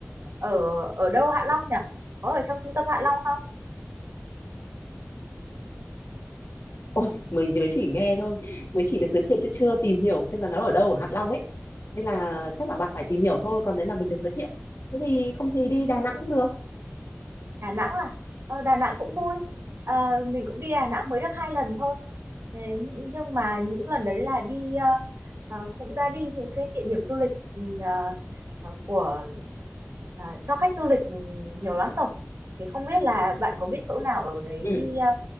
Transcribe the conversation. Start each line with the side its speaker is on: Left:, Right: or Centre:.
Right: ở ở đâu Hạ Long nhỉ? Có ở trong trung tâm Hạ Long không?
Left: Ôi, mình chỉ mới chỉ nghe thôi mới chỉ được giới thiệu chứ chưa tìm hiểu xem là nó ở đâu ở Hạ Long ấy nên là chắc là bạn phải tìm hiểu thôi còn đấy là mình được giới thiệu thế thì không thì đi Đà Nẵng cũng được
Right: Đà Nẵng à ờ, Đà Nẵng cũng vui Ờ, mình cũng đi Đà Nẵng mới được hai lần thôi Thế nhưng mà những lần đấy là đi ờ, ờ, cũng đã đi những cái địa điểm du lịch ừ, ờ, ờ, của ờ, cho khách du lịch ừ, nhiều lắm rồi thì không biết là bạn có biết chỗ nào ở đấy
Left: ừ.
Right: đi ờ,